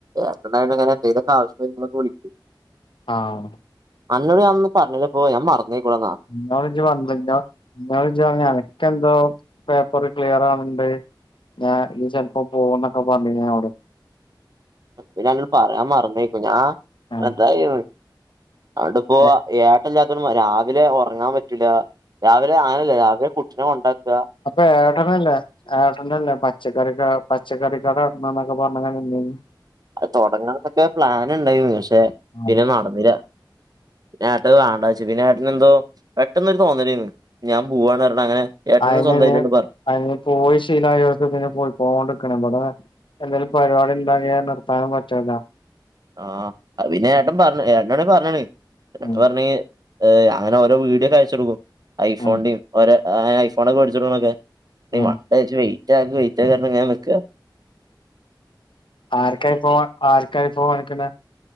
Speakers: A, on the right; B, on the left.
A: ഏട്ടണ്ടായൊണ്ട്ങ്ങനെ എന്തേലൊക്കെ ആവശ്യം വരുമ്പലൊകെ വിളിക്
B: ആഹ്
A: അന്നോട് ഞാൻ ഒന്നും പറഞ്ഞിലപോ ഞാൻ മറന്നേക്കുണ്ന്നാ.
B: ഇന്നോട് ജ് പറഞ്ഞില്ലൊ,? ഇന്നോട് ജ് പറഞ്ഞു അണക്കെന്തോ പേപ്പർ ക്ലിയർ ആണ് ണ്ട്. ഞാന് ഞ്ഞി ചെല് പ്പോ പോവുംന്നൊക്കെ പറഞ്ഞിന് ഞൻളോട്
A: പിന്ന ഞാഅന്നോട് പറയാ മറന്നേക്കും. ഞാ
B: ആഹ്
A: അട് ന്തായോ അൻട്പ്പോ
B: ഏ
A: ഏട്ടൻല്ലാത്തുണ്ട് രാവിലെ ഒറങ്ങാൻ പറ്റൂല. രാവിലെ ആനല്ലെ രാവിലെ കുട്ടിനെ കൊണ്ടാക്ക.
B: അപ്പേ ഏട്ടനല്ലേ ഏട്ടന്റെ പ പച്ചക്കറിക പച്ചക്കറികട നട്ത്തണം ന്നക്ക പറഞ്ഞ് ങ്ങനെനിന്നിനു
A: അതൊടങ്ങണംന്നോക്കെ പ്ലാന്ടായിന്നു. പക്ഷെ
B: ആഹ്
A: പിന്നെ നടന്നില്ല. ന്നേ ഏട്ടഅത് വാണ്ട വെച്ചു. പിന്നെ ഏട്ടനെന്തോ പെട്ടെന്നൊരു തോന്നലെയിന്നു ഞാൻ പോവാന്ന് റഞ്ഞ് അങ്ങനെ ഏട്ടന്
B: അയിനെ
A: സ്വന്തമായിട്ടണ്ട് പറഞ്ഞു
B: അയിന് പോയി ശീലയോർക്ക് പിന്നെ പോയികോടിരിക്കണം. ഇവിടെ എന്തേലും പരിപാടിണ്ടായ നിർത്താനും പറ്റൂല.
A: ആ അതിപിന്നെ ഏട്ടൻ പറഞ്ഞ് ഏട്ടനോട് ഞാൻ പറഞ്ഞിന്.
B: ഉം
A: പറഞ്ഞ് ഏ അങ്ങനേ ഓരോ വീഡിയൊകെ അയച്ചോടുക്കും. ഐ ഫോൺന്റേം
B: ഉം
A: ഓര് ഐ ഫോണൊക്കെ വേട്ചോട്ക്ണ്കെ. നി
B: ഉം
A: വണ്ട ജ് വെയിറ്റ് ആക് വെയിറ്റ് ആക് ന്ന്ർഞ്ഞ്ങ്ങനെ നിക്ക
B: ആർക്കാ ഐഫോൺ ആർക്കാ ഐഫോൺ വാങ്ങിക്കുന്നെ?